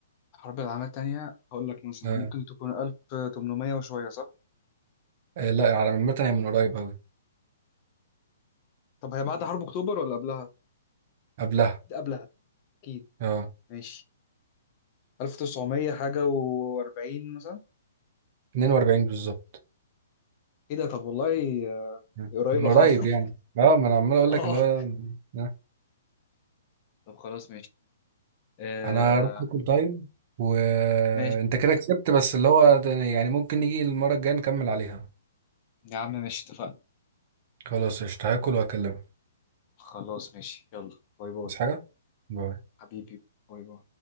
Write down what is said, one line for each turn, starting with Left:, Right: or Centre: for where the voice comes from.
Left: الحرب العالمية التانية هقول لك مثلا
Right: آه.
Left: ممكن تكون 1800 وشوية صح؟
Right: آه لا على عامة هي من قريب قوي
Left: طب هي بعد حرب أكتوبر ولا قبلها؟
Right: قبلها
Left: ده قبلها أكيد
Right: اه
Left: ماشي 1900 حاجة و40 مثلا
Right: 42 بالظبط
Left: إيه ده طب والله آه،
Right: مم.
Left: قريبة
Right: من قريب
Left: فعلا
Right: يعني اه ما انا عمال
Left: <laughs>
Right: اقول
Left: آه
Right: لك اللي هو آه.
Left: طب خلاص ماشي آه
Right: انا هروح اكل طيب وانت
Left: ماشي
Right: كده كسبت بس اللي هو يعني ممكن نيجي المرة الجاية نكمل عليها
Left: يا عم ماشي اتفقنا
Right: خلاص قشطة هاكل وهكلمك
Left: خلاص ماشي يلا باي باي
Right: بس حاجة باي
Left: حبيبي باي باي